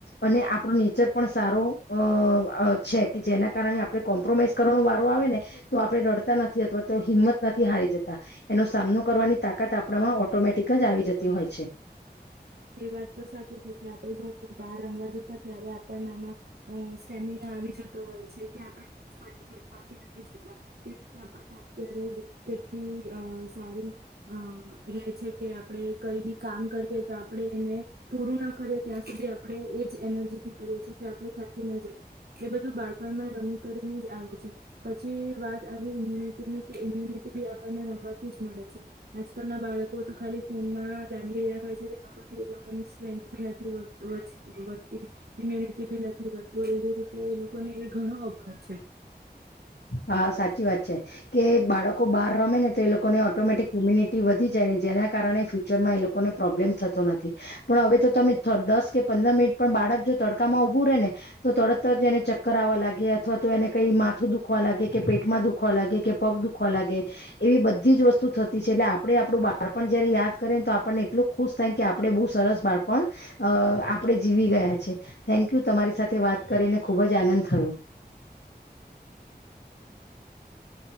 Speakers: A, on the left; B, on the right.
A: અને આપણું નેચર પણ સારો અ છે કે જેના કારણે આપણે કોમ્પ્રોમાઈઝ કરવાનો વા તો આવેને તો આપણે રડતા નથી અથવા તો હિંમત નથી હારી જતા એનો સામનો કરવાની તાકાત આપણામાં ઓટોમેટિક જ આવી જતી હોય છે.
B: એ વાત તો સાચી છે કે આપણે જયારે બહાર રમવા જતા ત્યારે આપણનામાં સ્ટેમિના આવી જતો હોય છે કે આપણે ફટાફટ થાકી નથી જતા. તેથી આપણને અત્યારે કેટલી અ સારી અ રે છે કે આપડ કઈ બી કામ કરીએ આપણે એને પૂરું ના કરીએ ત્યાં સુધી આપણે એજ એનર્જી થી કરીએ છીએ કે આપણે થાકી ન જઈ કે બધું બાળપણમાં રમી કરીને જ આવે છે પછી વાત ઈમ્યુનિટીની કે ઈમ્યુનિટી બી આપ આપણને રમવાથી જ મળે છે આજકાલ ના બાળકો તો ખાલી ફોનમાં લાગી રહ્યા હોય છે કે એ લોકોથી એ લોકોની સ્ટ્રેન્થ બી નથી વધ વધતી વધતી ઇમ્યુનિટી બી નથી વધતું એવી રીતે એ લોકોને એ ઘણો અભાવ છે.
A: હા સાચી વાત છે કે બાળકો બહાર રમે ને તો એ લોકોને ઓટોમેટિક ઇમ્યુનિટી વધી જાય ને જેના કારણે ફ્યુચરમાં એ લોકોને પ્રોબ્લેમ થતો નથી પણ હવે તો તમે દસ કે પંદર મિનિટ પણ બાળક જો તડકામાં ઊભું રહે ને તો તરતજ એને ચક્કર આવવા લાગે અથવા તો એને કંઈ માથું દુખ દુખવા લાગે કે પેટમાં દુખવા લાગે કે પગ દુખવા લાગે એવી બધી જ વસ્તુ થતી છે એટલે આપણે આપણું બાળપણ જયારે યાદ કરેને તો આપણને એટલું ખુશ થાય કે આપણે બહુ સરસ બાળપણ અ આપણે જીવી ગયા છે થેન્કયુ તમારી સાથે વાત કરીને ખુબ જ આનંદ થયો.